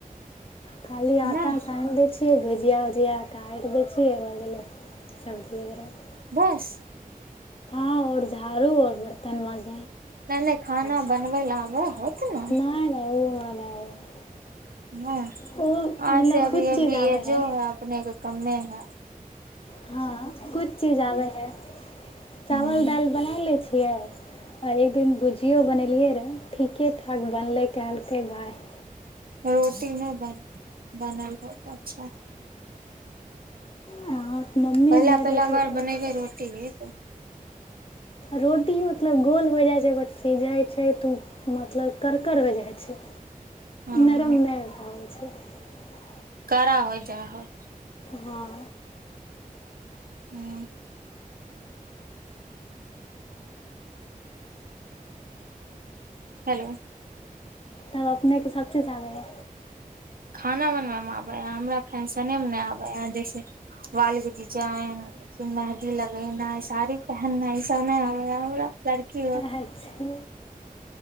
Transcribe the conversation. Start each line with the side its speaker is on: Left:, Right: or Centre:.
Left: खाली आटा
Right: नै
Left: सान ले छिय भुजििया उजिया काटि दै छियै भऽ गेलै सब्जी वगैरह
Right: बस
Left: और झाड़ू और बर्तन मांज
Right: नहि नहि खाना
Left: छै
Right: बनबै लए आबै होत ने
Left: नहि नहि ओ हमरा नहि आबै हइ
Right: हँ
Left: ओ मतलब
Right: आ से अभी
Left: कुछ
Right: अभी
Left: चीज आबै
Right: यजो
Left: हइ
Right: है अपने के कममे हँ
Left: हँ किछु चीज आबै हइ
Right: ह
Left: चावल दालि बना लै छियै आ एक दिन भुजियो बनेलियै रहऽ ठीके आग बनलै कहलकै भााय
Right: रोटी नहि बन बनल बहुत अच्छा
Left: हँ मम्मी
Right: पहिला
Left: आर नहि
Right: पहिला
Left: रहै छै
Right: बार
Left: तऽ
Right: बनाबे रोटी रेत
Left: रोटी मतलब गोल हो जाइ छै ब सिझै छै तऽ ओ मतलब करक हो जाइ छै
Right: हँ
Left: नरम नहि हो पाबै छै पी
Right: करा होइ जाय हो
Left: हँ
Right: हुँ हेलो
Left: तब अपनेकेँ सभचीज आबै हइ
Right: खाना बनवे मे आबे ह हमरा फैंशने मे नहि आबे ह जैसे वाल के डिजाइन फर मेहदी लगेना साड़ी पहननाइ इ सब नहि आबे ह हम लड़की
Left: अच्छा